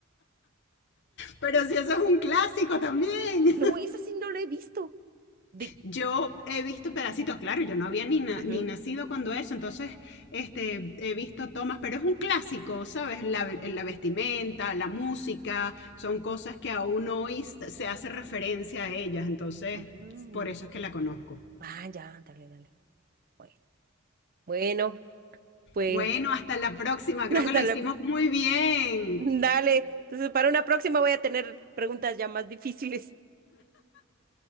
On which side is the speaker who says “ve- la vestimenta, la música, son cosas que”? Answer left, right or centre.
Left